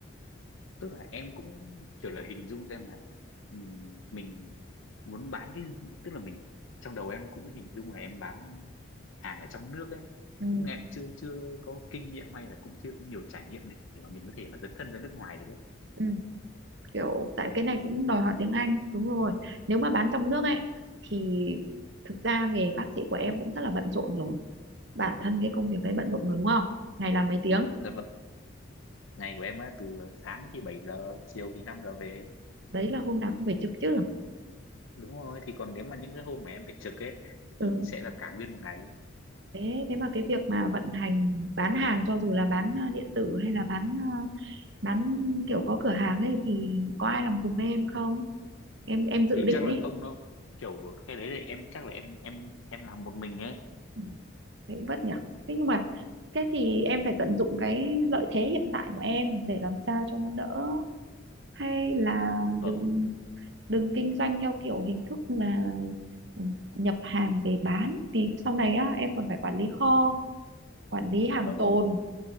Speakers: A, on the left; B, on the right.
A: tức là em cũng kiểu là hình dung xem là ừm, mình muốn bán cái tức là mình trong đầu em cũng hình dung là em bán hàng ở trong nước ấy
B: ừ,
A: cũng em chưa chưa có kinh nghiệm hay là cũng chưa có nhiều trải nghiệm để mà mình có thể mà dấn thân ra nước ngoài được ấy.
B: ừ. kiểu tại cái này cũng đòi hỏi tiếng Anh đúng rồi nếu mà bán trong nước ấy thì thực ra nghề bác sĩ của em cũng rất là bận rộn rồi bản thân cái công việc đấy bận rộn rồi đúng không ngày làm mấy tiếng
A: Dạ vâng, ngày của em á từ sáng thì 7 giờ, chiều thì 5 giờ về.
B: đấy là hôm nào cũng phải trực chứ
A: Đúng rồi, thì còn nếu mà những cái hôm mà em phải trực ấy thì
B: ừ
A: sẽ là cả nguyên một ngày.
B: thế thế mà cái việc mà vận hành bán hàng cho dù là bán ờ, điện tử hay là bán ờ, bán kiểu có cửa hàng ấy thì có ai làm cùng em không em em dự
A: Thì
B: định
A: chắc
B: ấy
A: là không đâu. Kiểu cái đấy thì em chắc là em em em làm một mình ấy.
B: ừ. thế cũng vất nhỉ thế nhưng mà thế thì em phải tận dụng cái lợi thế hiện tại của em để làm sao cho nó đỡ hay là
A: Dạ Vâng,
B: đừng đừng kinh doanh theo kiểu hình thức là ừ, nhập hàng về bán vì sau này á em còn phải quản lý kho quản lý hàng
A: dạ vâng,
B: tồn